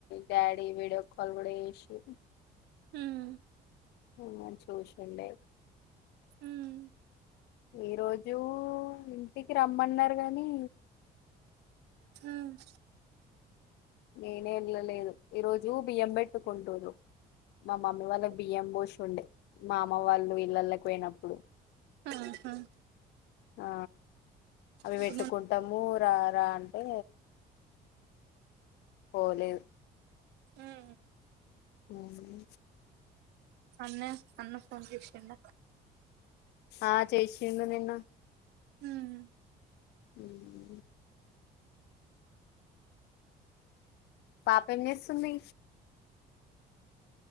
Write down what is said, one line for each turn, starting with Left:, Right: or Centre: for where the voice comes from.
Left: డాడీ వీడియో కాల్ కూడా చేసిండ్రు
Right: హ్మ్
Left: మిమ్మల్ని చూసిండే
Right: హ్మ్
Left: ఈ రోజు ఇంటికి రమ్మన్నారు గాని
Right: హ్మ్
Left: నేనే వెళ్ళలేదు ఈరోజు బియ్యం పెట్టుకుంటున్రూ మా మమ్మీ వాళ్ళ బియ్యం పోషి ఉండే మా అమ్మ వాళ్ళు ఇళ్లళకి పోయినప్పుడు
Right: ఆహా
Left: ఆ అవి
Right: ఇంక
Left: పెట్టుకుంటాము రా రా అంటే పోలే
Right: మొన్న
Left: అవును
Right: అన్న అన్న ఫోన్ చేసిండ
Left: ఆ చేసిండు నిన్న
Right: హ్మ్
Left: హ్మ్ పాప ఏం చేస్తుంది